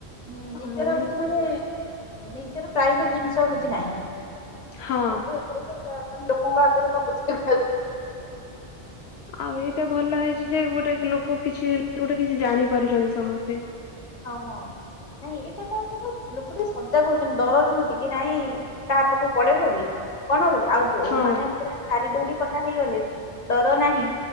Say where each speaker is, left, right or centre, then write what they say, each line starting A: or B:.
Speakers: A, on the left; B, on the left.
A: ହୁଁ ନିଜର
B: ଆଉ
A: କିଛି ମାନେ ନିଜର ପ୍ରାଇଭେଟ ଜିନିଷ ଆଉ କିଛି ନାହିଁ। ସବୁ
B: ହଁ
A: ଏଥରେକେ ଯା ମାନେ ଲୋକଙ୍କ ଆଗରେ ଝାକାସ୍।
B: ଆଉ ଏଇଟା ଭଲ ହେଇଛି ଯେ ଗୋଟେ ଲୋକ କିଛି ହେଲେ ଗୋଟେ କିଛି ଜାଣିପାରୁଛନ୍ତି ସମସ୍ତେ।
A: ହଁ, ନାଇଁ ଏଟା କଣ କହିଲ ଲୋକ ଟିକେ ସଜାଗ ହଉଛନ୍ତି, ଡର ରହୁଛି କି ନାଇଁ କାହା ପାଖକୁ ପଳେଇବ କି, କଣ ହବ କି, ଆଉ ଯୋଉମାନେ
B: ହଁ
A: ପୁରା ଚାରି ଦୌଡି କଟା ହେଇଗଲେ ଡର ନାହିଁ।